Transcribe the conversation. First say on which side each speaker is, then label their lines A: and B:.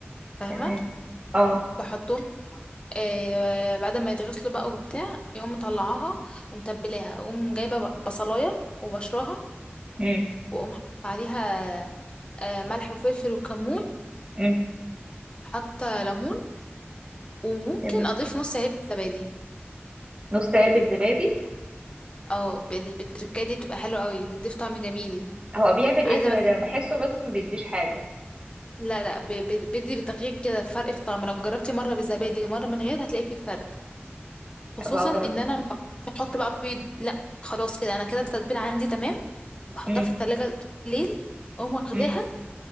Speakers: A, on the left; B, on the right.
A: فاهمه
B: تمام اه
A: بحطهم آه بعد ما يتغسلوا بقى وبتاع يقوم مطلعاها ومتبلاها اقوم جايبه ب- بصلايه وبشراها
B: مم.
A: واقوم حاطه عليها آه ملح وفلفل وكمون
B: مم.
A: حاطه ليمون وممكن
B: تمام
A: اضيف نص علبه زبادي
B: نص علبة زبادي
A: اه بال- بالتركاية دي بتبقى حلوة قوي بتضيف طعم جميل
B: هو بيعمل ايه
A: عايزة
B: الزبادي
A: مثلا
B: انا بحسه بس ما بيديش حاجة
A: لا لا ب- ب- بدي بتغيير كده فرق في الطعم لو جربتي مرة بالزبادي ومرة من غير هتلاقي فيه فرق خصوصا
B: ابقى اجرب
A: ان انا ما بحط بقى بيض لا خلاص كده انا كده التتبيلة عندي تمام بحطها
B: مم.
A: في التلاجة ليل اقوم واخداها
B: مم.